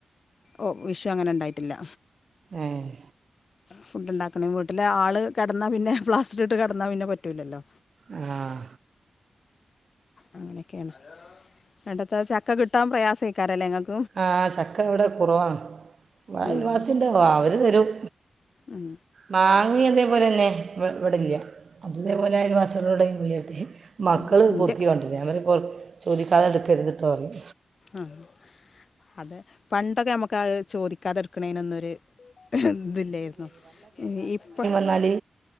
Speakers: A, on the left (about 55°); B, on the right (about 60°).
A: ഓ വിഷു അങ്ങനെ ഇണ്ടായിട്ടില്ല
B: ഏഹ്
A: ഫുഡ്ണ്ടാക്കണെങ്കി വീട്ടിലെ ആള് കെടന്നാ പിന്നെ പ്ലാസ്റ്ററ്ട്ട് കെടന്നാ പിന്നെ പറ്റൂലല്ലാേ
B: ആഹ്
A: അങ്ങനെയെക്കേണ് ഇങ്ങട്ടത്താ ചക്ക കിട്ടാൻ പ്രയാസെയ്ക്കാരല്ലേ ഇങ്ങക്
B: ആഹ് ചക്ക ഇവടെ കുറവാണ് ഇവ്ടെ
A: ഉം
B: അയൽവാസിണ്ട് വാ അവര് തരും
A: ഉം
B: മാങ്ങേം ഇതേപോലെന്നെ ഇവ് ഇവിടെല്ല അത് ഇതേപ്പോലെ അയൽവാസാളോട് <unintelligible> മക്കള്
A: ഉം ഇന്റെ
B: പൊർക്കിക്കൊണ്ട്രും ഞാ പറയും പൊർ ചോദിച്ചാതെ എട്ക്കര്ത്ട്ടേർയും
A: ആഹ് അതെ പണ്ടൊക്കെ നമുക്ക് അഅ് ചോദിക്കാതെ എട്ക്ക്ണേനൊന്നര് ഇതില്ലായ്രുന്നു ഈ ഇപ്പ
B: ന്നാല്